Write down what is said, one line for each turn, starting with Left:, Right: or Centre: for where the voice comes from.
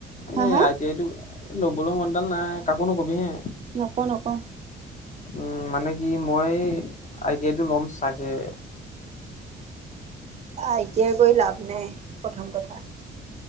Left: এনে
Right: হা হা
Left: আই টি আই টো ল'বলৈ মনডাল নাই, কাকো নোকবি হে।
Right: নকওঁ নকওঁ।
Left: উম মানে কি মই আই টি আই টো ল'ম চাগে।
Right: আই টি আই কৰি লাভ নাই প্ৰথম কথা।